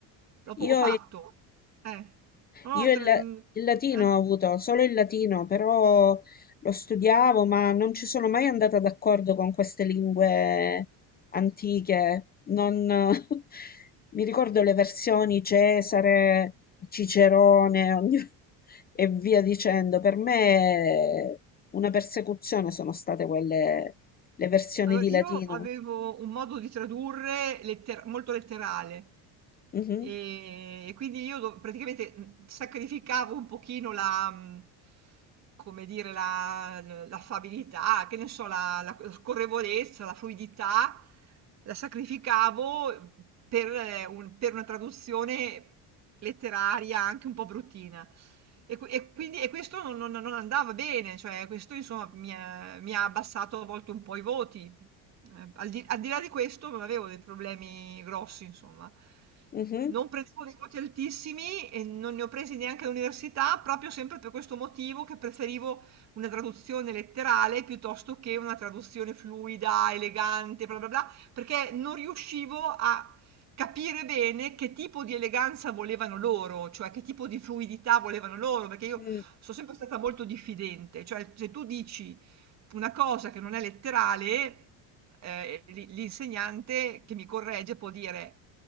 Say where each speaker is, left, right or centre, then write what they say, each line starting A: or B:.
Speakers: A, on the right (about 40°); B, on the left (about 20°).
A: Dopo ho
B: Io
A: fatto... Eh, no,
B: Io
A: tre-
B: il,
A: mh,
B: il latino
A: eh.
B: ho avuto solo il latino, però lo studiavo, ma non ci sono mai andata d'accordo con queste lingue antiche. Non... <laughs> Mi ricordo le versioni Cesare, Cicerone ogni- <laughs> e via dicendo. Per me una persecuzione sono state quelle, le versioni
A: Allora,
B: di
A: io
B: latino.
A: avevo un modo di tradurre letter- molto letterale,
B: Mhm,
A: Ehm, e quindi io do praticamente, mhmm, sacrificavo un pochino la mhmm, come dire, la l l'affabilità, che ne so, la la la scorrevolezza, la fluidità, la sacrificavo per eh, un per una traduzione letteraria anche un po' bruttina. E qui e quindi e questo non non non andava bene, cioè questo insomma mi ha mi ha abbassato a volte un po' i voti. Ehm, al di al di là di questo non avevo dei problemi grossi, insomma.
B: mhm,
A: Non prendevo dei voti altissimi e non ne ho presi neanche all'università, proprio sempre per questo motivo che preferivo una traduzione letterale piuttosto che una traduzione fluida, elegante, bla bla bla, perché non riuscivo a capire bene che tipo di eleganza volevano loro, cioè che tipo di fluidità volevano loro, perché io
B: mm.
A: sono sempre stata molto diffidente, cioè se tu dici una cosa che non è letterale, ehm, l'i l'insegnante che mi corregge può dire: